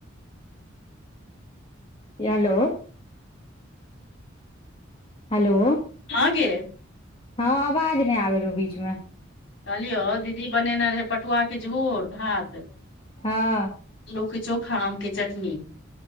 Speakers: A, on the left; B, on the left.
A: हेलो हेलो
B: ह गे
A: हँ आवाज नय आबे रहौ बीच मे
B: कहलियौ दीदी बनेने रहै पटुआके झोर भात
A: हँ
B: आलु के चोखा आम के चटनी